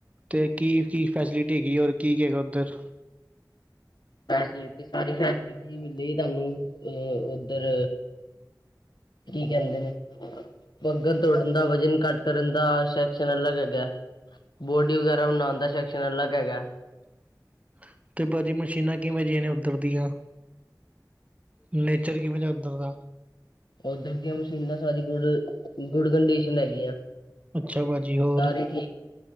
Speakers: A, on the right; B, on the left.
A: ਤੇ ਕੀ-ਕੀ ਫੈਸਿਲਿਟੀ ਹੈਗੀ ਏ ਹੋਰ ਕੀ-ਕੀ ਹੈਗੈ ਉੱਧਰ?
B: ਫੈਸਿਲਿਟੀ, ਸਾਰੀ ਫੈਸਿਲਿਟੀ ਵੀ ਮਿਲੇਗੀ ਤਾਨੂੰ ਏ ਔਦਰ। ਕੀ ਕੈਂਦੇ ਨੇ? ਭੱਗਨ-ਦੋੜਨ ਦਾ, ਵਜਨ ਘੱਟ ਕਰਨ ਦਾ ਸੈਕਸ਼ਨ ਅਲਗ ਹੈਗੈ। ਬੋਡੀ ਵਗੈਰਾ ਬਨਾਣ ਦਾ ਸੈਕਸ਼ਨ ਅਲਗ ਹੈਗੈ।
A: <inaudible> ਤੇ ਪਾ ਜੀ ਮਸ਼ੀਨਾਂ ਕਿਵੇਂ ਜਿਹੀਆਂ ਨੇ ਔਧਰ ਦੀਆਂ? ਨੇਚਰ ਕਿਵੇਂ ਜਿਐ ਔਧਰ ਦਾ?
B: ਔਧਰ ਦੀਆਂ ਮਸ਼ੀਨਾਂ ਸਾਰੀ ਗੁਡ, ਗੁੱਡ ਕੰਡੀਸ਼ਨ ਹੈਗੀਆਂ।
A: ਅੱਛਾ ਭਾਜੀ ਹੋਰ
B: ਸਾਰੇ